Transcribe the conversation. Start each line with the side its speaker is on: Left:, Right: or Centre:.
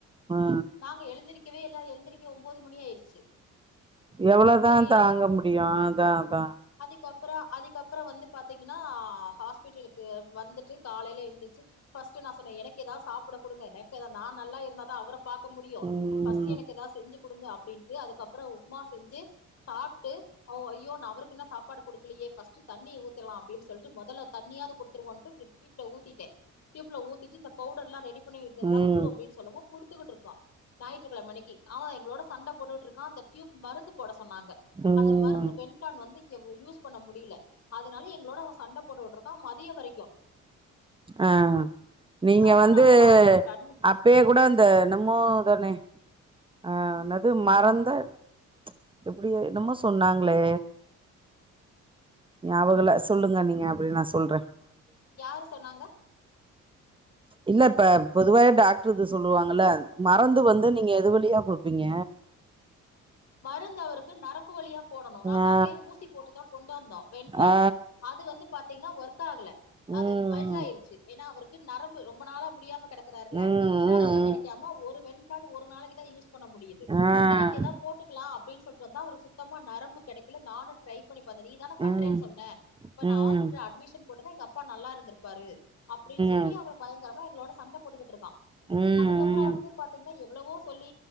Right: ஹா
Left: நாங்க எழுந்திரிக்கவே இல்லை எல்லாரு எழுந்திரக்க ஒம்பது மணி ஆயிருச்சு
Right: எவ்ளோதா
Left: செரி
Right: தாங்க முடியு அதா அதா
Left: அதுக்கப்பறோ அதுக்கப்பறோ வந்து பாத்தீங்கன்னா ஹாஸ்பிட்டலுக்கு வந்துட்டு காலையில எந்துருச்சு பஸ்டு நா சொன்ன எனக்கு எதா சாப்புட குடுங்க என நா நல்லா இருந்தாத அவர பாக்க முடியு
Right: ம்
Left: ஃபஸ்ட் எனக்கு எதா செஞ்சி குடுங்க அப்ப செஞ்சு அதுக்கப்றோ உப்மா செஞ்சு சாப்ட்டு அ ஐயோ நா அவருக்கு இன்னு சாப்பாடு குடுக்கலையே ஃபஸ்டு தண்ணி ஊத்திர்லா அப்டின் சொல்ட்டு மொதல்ல தண்ணியாது குடுத்துருவோன்ட்டு டியூப்ல ஊத்திட்ட டியூப்ல ஊத்திட்டு இந்த பவுடர்லா ரெடி இதெல்லா
Right: ம்
Left: குடு அப்டின்னு சொல்லவு குடுத்துக்குட்டு இருக்கோ ஞாயிற்றுக்கிழம அண்ணிக்கி அவன் எங்களோட சண்ட போட்டுட்டு இருக்கா அந்த டியூப் மருந்து போட சொ சொன்னாங்க
Right: ம்
Left: அந்த மருந்து வென்பிளான் வந்து யூஸ் பண்ண முடியல அதனால எங்களோட அவன் சண்டை போடற அ மதியோ வரைக்கு
Right: ஆஹ் நீங்க
Left: உங்கனால
Right: வந்து
Left: தான் நான் ஹாஸ்பிட்டல் அட்மிட்
Right: அப்பயே கூட இந்த நம்மோ தனே ஆஹ் அதாது மறந்தா <inaudible> எப்டியோ என்னமோ சொன்னாங்களே நியாபகோ இல்ல சொல்லுங்க நீங்க அப்படி நா சொல்ற
Left: யாரு சொன்னாங்க
Right: இல்ல இப்ப பொதுவாவே டாக்டர் இது சொல்லுவாங்கல்ல மறந்து வந்து நீங்க எதுவ ப்ரீயா குடுப்பீங்க
Left: மருந்து அவருக்கு நரம்பு வழியா போடணு நாங்க
Right: ஆ
Left: அங்கே ஊசி போட்டு தா கொண்டாந்தோ வென்பிளான்
Right: ஆ ஆ
Left: அது வந்து பாத்தீங்கன்னா ஒர்க்கா ஆகல அது
Right: ம்
Left: பல்ஜாயிடுச்சு ஏனா அவருக்கு நரம்பு ரொம்ப நாள முடியாம கெடக்குறார்ல
Right: ம் ம்
Left: நரம்பு
Right: ம்
Left: கெடைக்காம ஒரு வெண் <unintelligible> ஒரு நாளைக்கு தா யூஸ் பண்ண முடியுது
Right: ம் ஆ
Left: செரி இங்க தா போட்டு அப்டின்னு சொல்லிட்டு வந்தா அவருக்கு சுத்தமா நரம்பு கெடைக்கல நானு ட்ரை பண்ணி பாத்துட்ட நீ தான பண்றன்
Right: ம்
Left: சொன்ன இப்ப நா
Right: ம்
Left: ஹாஸ்பிட்டல் அட்மிஷன் போட்டு இருந்தா எங்க அப்பா நல்லா இருந்திருப்பாரு அப்டின்னு சொல்லி
Right: ம்
Left: அவர் பயங்கரமா எங்களோட சண்ட போட்டுக்கிட்டு இருக்கான்
Right: ம் ம்
Left: அதுக்கப்பறன வந்து பாத்தீங்கன்னா எவ்வளவோ சொல்லி